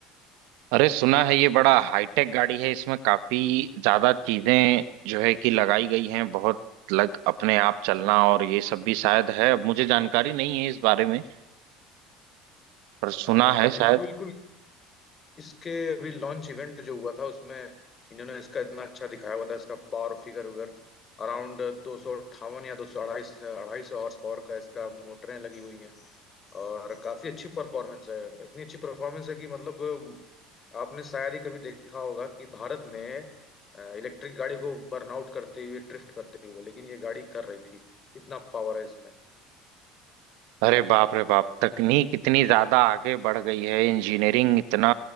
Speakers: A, on the right; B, on the left.
A: अरे सुना है ये बड़ा हाईटेक गाड़ी है इसमें काफी ज्यादा चीजें जो है कि लगाई गई हैं बहुत लग अपने आप चलना और ये सब भी शायद है अब मुझे जानकारी नहीं है इस बारे में पर सुना
B: आ,
A: है शायद
B: बिल्कुल बिल्कुल इसके अभी लॉन्च इवेंट जो हुआ था उसमें इन्होंने इसका इतना अच्छा दिखाया हुआ था इसका पावर फिगर वगैरह अराउंड दो सौ अट्ठावन या दो सौ अढ़ाई अढ़ाई सौ हॉर्स पावर का इसका मोटरें लगी हुई हैं और काफी अच्छी परफॉर्मेंस है इतनी अच्छी परफॉर्मेंस है कि मतलब आपने शायद ही कभी देखा होगा कि भारत में इलेक्ट्रिक गाड़ी को बर्नआउट करते हुए ड्रिफ्ट करते हुए लेकिन ये गाड़ी कर रही थी इतना पावर है इसमें
A: अरे बाप रे बाप तकनीक इतनी ज्यादा आगे बढ़ गई है इंजीनियरिंग इतना